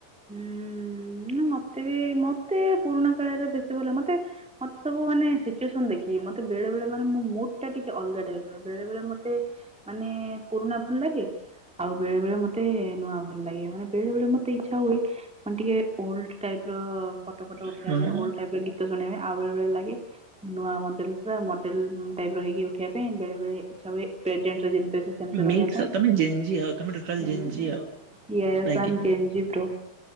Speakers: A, in the centre; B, on the right.
A: ହୁଁ ନା ମତେ ବି ମତେ ପୁରୁଣା କାଳରେ ବେଶୀ ଭଲ ମତେ ମତେ ସବୁାନେ ସିଚୁସନ ଦେଖି ମେଳେ ମାନେ ମୋ ମୁଡ୍ ଟିକେ ଅଲଗା ଟାଇପ ବେଳେ ବେଳେ ମତେ ମତେ ମାନେ ପୁରୁଣା ଭଲ ଲାଗେ ଆଉ ବେଳେ ବେଳେ ମତେ ନୂଆ ଭଲ ଲାଗେ ମାନେ ବେଳେ ବେଳେ ମତେ ଇଚ୍ଛା ହୁଏ ମାନେ ଟିକେ ଓଲଡ ଟାଇପ ର ଫଟୋ ଫଟୋ ଉଠେଇବା
B: ହଁ
A: ପାଇଁ ଓଲଡ ଟାଇପିର ଗୀତ ଶୁଣେଇବେ ଆଉ ବେଳେ ବେଳେ ଲାଗେ। ନୂଆ ମଡେଲ ପୁରା ମଡେଲ ଟାଇପ୍ ର ହେଇକି ଉଠିବା ପାଇଁ ବେଳେ ବେଳେ ଇଚ୍ଛା ହୁଏ ପ୍ରେଜେଣ୍ଟ ଯେମିତି। ସେମତି ରହିବା
B: ମିକ୍ସ
A: ପାଇଁ
B: ଆଉ ତମେ ଜେଞ୍ଜି ଆଉ ତମେ ଟୋଟାଲ
A: ହୁଁ
B: ଜେଞ୍ଜି ଆଉ
A: ଇଏ
B: ନାଇଁ
A: ତାଙ୍କେ।
B: କି?
A: ତୋ।